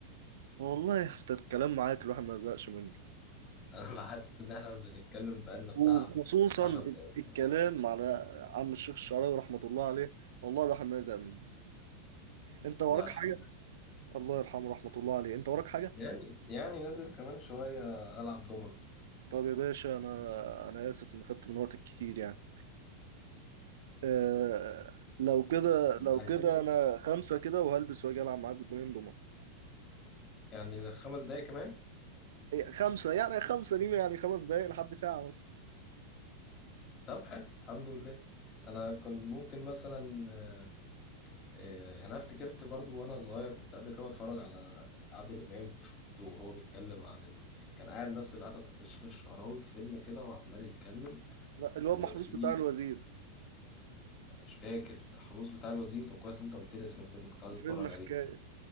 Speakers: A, on the right; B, on the left.
A: والله انت الكلام معاك الواحد ما يزهقش منه
B: <laughs> انا بحس ان احنا بنتكلم بقالنا بتاع
A: وخصوصا
B: 10
A: ال-
B: دقايق
A: الكلام
B: ولا حاجه
A: على عم الشيخ الشعراوي رحمه الله عليه والله الواحد ما يزهق منه انت وراك
B: الله يرحمه
A: حاجه الله يرحمه رحمه الله عليه انت وراك حاجه
B: يعني يعني نازل كمان شوية ألعب دومنا
A: طب يا باشا انا انا اسف ان خدت من وقتك كتير يعني آه، لو كده لو
B: عايزين
A: كده انا خمسة كده وهلبس واجي العب معاك بطولين دومنة
B: يعني خمس دقايق كمان
A: خمسة يعني خمسة دي يعني خمس دقايق لحد ساعة مثلا
B: طب حلو الحمد لله أنا كنت ممكن مثلا آه، آه، يعني أنا افتكرت برضو وأنا صغير كنت قبل كده بتفرج على عادل إمام وشفته وهو بيتكلم عن ال... كان قاعد نفس القعدة بتاعت الشيخ الشعراوي في فيلم كده وعمال يتكلم
A: لا الواد
B: وفي
A: محروس بتاع الوزير
B: مش فاكر الحروس بتاع الوزير طب كويس أنت قلت لي اسم الفيلم كنت عايز
A: فيلم
B: أتفرج
A: حكاية
B: عليه